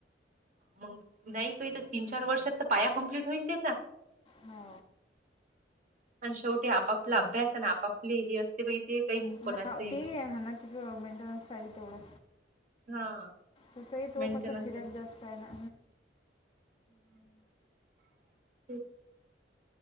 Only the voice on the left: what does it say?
हो.
हो ते
आहे म्हणा तिचं मेंटेन्स पाहिली तेवढं
तसंही तो
कसा फिरत जास्त आहे ना.